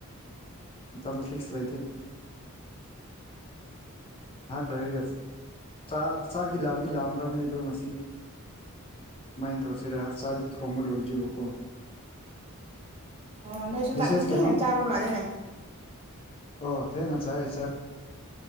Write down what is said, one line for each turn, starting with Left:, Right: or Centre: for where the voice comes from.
Left: ꯃꯇꯝ ꯐꯤꯛꯁ ꯂꯩꯇꯦ ꯉꯥꯏꯍꯥꯛ ꯂꯩꯔꯒ ꯆꯥꯛ ꯆꯥꯛꯗꯤ ꯂꯥꯝꯗꯤ ꯂꯥꯝꯈ꯭ꯔꯕꯅꯤ ꯑꯗꯣ ꯉꯁꯤ ꯀꯃꯥꯏꯅ ꯇꯧꯁꯤꯔ ꯆꯥꯛꯇ ꯊꯣꯡꯕ ꯂꯣꯏꯗ꯭ꯔꯤꯕꯀꯣ
Right: ꯑꯣ ꯅꯣꯏ
Left: ꯃꯦꯁꯦꯁ
Right: ꯆꯥꯛꯇꯤ ꯊꯦꯡꯅ
Left: ꯀꯩꯅꯣꯝ
Right: ꯆꯥꯕ ꯃꯥꯜꯂꯤꯅꯦ
Left: ꯑꯣ ꯊꯦꯡ ꯅ ꯆꯥꯢ ꯆꯥꯛ